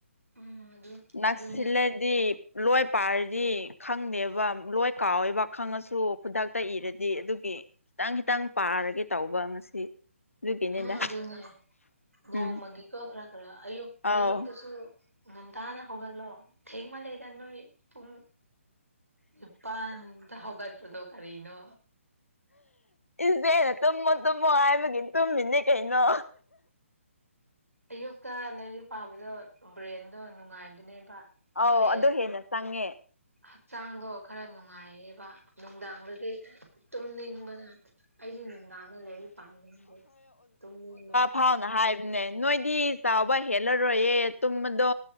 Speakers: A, on the right; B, on the left.
A: ꯎꯝ ꯑꯗꯨ
B: ꯅꯛꯁꯤꯜꯂꯗꯤ
A: ꯑꯗꯨꯅꯦ
B: ꯂꯣꯏ ꯄꯥꯔꯗꯤ ꯈꯪꯗꯦꯕ ꯂꯣꯏ ꯀꯥꯎꯋꯦꯕ ꯈꯪꯉꯁꯨ ꯈꯨꯗꯥꯛꯇ ꯏꯔꯗꯤ ꯑꯗꯨꯒꯤ ꯈꯤꯇꯪ ꯈꯤꯇꯪ ꯄꯥꯔꯒꯦ ꯇꯧꯕ ꯉꯁꯤ ꯑꯗꯨꯒꯤꯅꯤꯗ
A: ꯎ ꯑꯗꯨꯅꯦ ꯅꯣꯡꯃꯒꯤꯀꯣ
B: ꯎꯝ
A: ꯈꯔ ꯈꯔ ꯑꯌꯨꯛ
B: ꯑꯧ
A: ꯑꯌꯨꯛꯇꯁꯨ ꯉꯟꯇꯥꯅ ꯍꯧꯒꯠꯂꯣ ꯊꯦꯡꯃ ꯂꯩꯗ ꯅꯣꯏ ꯄꯨꯡ ꯅꯨꯄꯥꯟꯗ ꯍꯧꯒꯠꯄꯗꯣ ꯀꯔꯤꯅꯣ
B: ꯏꯆꯦꯅ ꯇꯨꯝꯃꯣ ꯇꯨꯝꯃꯣ ꯍꯥꯏꯕꯒꯤ ꯇꯨꯝꯃꯤꯅꯦ ꯀꯩꯅꯣ
A: ꯑꯌꯨꯛꯇ ꯂꯥꯏꯔꯤꯛ ꯄꯥꯕꯗꯣ ꯕ꯭ꯔꯦꯟꯗꯣ ꯅꯨꯡꯉꯥꯏꯕꯅꯦꯕ
B: ꯑꯧ
A: ꯐ꯭ꯔꯦꯁ
B: ꯑꯗꯨ ꯍꯦꯟꯅ ꯆꯪꯉꯦ
A: ꯍꯛꯆꯥꯡꯗꯣ ꯈꯔ ꯅꯨꯡꯉꯥꯏꯌꯦꯕ ꯅꯨꯡꯗꯥꯡꯗꯗꯤ ꯇꯨꯝꯅꯤꯡꯕꯗ ꯑꯩꯗꯤ ꯅꯨꯡꯗꯥꯡꯗ ꯂꯩꯔꯤ ꯄꯥꯝꯅꯤꯡꯗꯦ ꯇꯨꯝꯅꯤꯡꯕ
B: ꯍꯥꯎꯅ ꯍꯥꯏ ꯎꯅꯦ ꯅꯣꯏꯗꯤ ꯆꯥꯎꯕ ꯍꯦꯜꯂꯔꯣꯏꯌꯦ ꯇꯨꯝꯕꯗꯣ